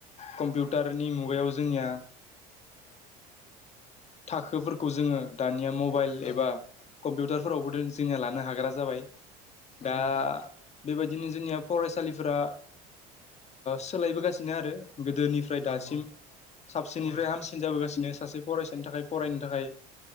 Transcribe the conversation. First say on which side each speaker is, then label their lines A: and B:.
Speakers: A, on the left (about 35°); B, on the left (about 55°).
A: कम्पिउटारनि मुगायाव जोंनिया थाखोफोरखौ जोङो दानिया मबाइल
B: औ
A: एबा कम्पिउटारफोरावबो दि जोंनिया लानो हाग्रा जाबाय
B: औ
A: दा
B: नोंथां
A: बेबायदिनो जोंनिया फरायसालिफोरा सोलायबोगासिनो आरो गोदोनिफ्राय
B: औ
A: दासिम
B: औ
A: साबसिननिफ्राय
B: औ
A: हामसिन जाबोगासिनो सासे फरायसानि थाखाय फरायनो थाखाय